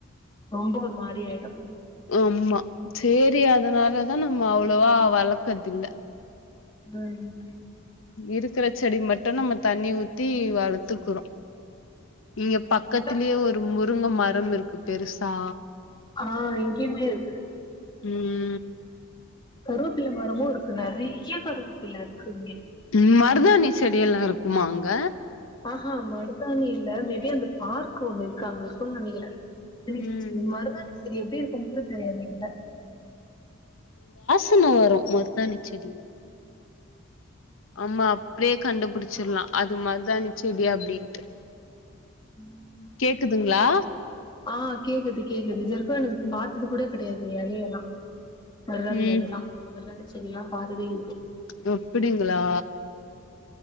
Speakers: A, on the left; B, on the left.
A: ரொம்ப ஒரு மாரி ஆயிடோ
B: அம்மா சேரி அதனாலதா நம்ம அவ்ளோவா வளர்க்குறதுயில்ல
A: உம் உம்
B: இருக்குற செடி மட்டோ நம்ம தண்ணி ஊத் தி வளர்த்துக் குரோ இங்க
A: இங்கெல்லா
B: பக்கத்துலயே
A: பெட்டு
B: ஒரு முருங்க ம ரம்யிருக்கு பெருசா
A: ஆ இங்கயுமேயிருக்கு
B: ம்
A: கருவேப்பில்ல மரமோயிருக்கு நெறைய கருவேப்பில்லயிருக்கு இங்க
B: ம் மருதாணி செடியெல்லா இருக்குமா அங்க
A: ஆஹா மருதாணியில்ல மேபி அந்த பார்க் ஒண்ணு இருக்கு அங்க இருக்கோன்னு நெனைக்கிறே
B: ம்
A: <unintelligible> மருதாணி செடி எப்டி தம்புடே தெரியாதீங்கள
B: த்தமா வரும் மருதானி செடியில ஆமா அப்டியே கண்டுபிடிச்சிடலாம் அது மறுதானி செடியா அப்டின்ட்டு
A: ம்
B: கேக்குதுங்களா
A: ஆஹ் கேக்குது கேக்குது சிப்ப எனக்கு
B: ம்
A: பார்த்தது கூட கிடையாது ரியலியெல்லாம் வரதானல்லாம்
B: ம்
A: வ சரியா பாததே ல்ல
B: ஒ அப்டிங்களா